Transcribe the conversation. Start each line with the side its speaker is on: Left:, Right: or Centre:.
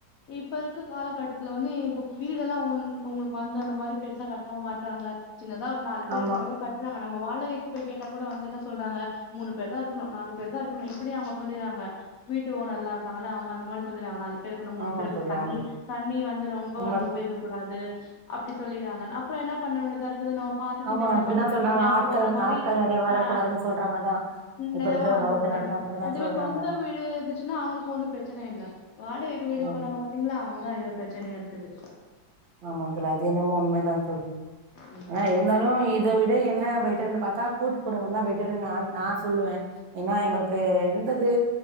Left: இப்ப இருக்க காலகட்டத்துல வந் நீ இப்ப வீடெல்லாம் வந்து உங்குளுக்கு வந்து அந்த மாரி பெருசா கட்டவும் மாட்றாங்க சின்னதா ஒரு நாலு பேரு
Right: ஆமா
Left: இருக்கற மாரி தா கட் ட்டுவாங்க நம்ம வாடகைக்கு போய் கேட்டா கூட வந்து என்ன சொல்றாங்க மூணு பேரு தா இருக்கணும் நாலு பேரு தா இருக்கணும் எப்படி அவங்க சொல்லிறாங்க வீட்டு ஓனர்ல்லா இருக்காங்கள்ல அவங்க அந்த மாரி சொல்லிறாங்க நாலு பேர் இக்கணும் மூணு
Right: ஆமா
Left: பேரு இக்கனும்
Right: தோழி
Left: தண்ணி
Right: ஆமா
Left: தண்ணி வந்து ரொம்ப
Right: உண்ம
Left: வந்து உபயோகப் கூடாது அப்டி சொல்லிறாங்க அப்புறம் என்ன பண்ண வேண்டிதா இருக்குது நா பாத்து
Right: ஆமா
Left: சின்ன வீடா
Right: அப்டிதா
Left: பாத்து தன்
Right: சொல்றாங்க
Left: தனியா
Right: ஆட்கள்
Left: போற மாரி
Right: ஆட்கள் நெறைய வரக்கூடாதுன்னு
Left: ஆ
Right: சொல்றாங்கதா இப்ப
Left: நெலம
Right: இருக்கிற ஹவுஸ்
Left: வந்த்ரு
Right: ஓனர்தா அப்டிதா
Left: அதுவே
Right: சொல்றாங்க
Left: சொந்த வீடு இருந்துச்சுன்னா அவுங்குளுக்கு ஒன்னும் பிரச்சன இல்ல வாடகைக்கு வீடு
Right: ஆம்
Left: போறவ்ங்க பாத்தீங்ளா அவங்கதா இதுல பிரச்சனையே இருக்குது
Right: ஆமா அதுல அது என்னமோ உண்மதா தோழி
Left: ம்
Right: ஆ இருந்தாலும் இத விட என்ன பெட்டருன்னு பாத்தா கூட்டு குடும்பம் தா பெட்டர்ன்னு நா நா சொல்லுவ ஏன்னா எங்களுக்கு இருந்தது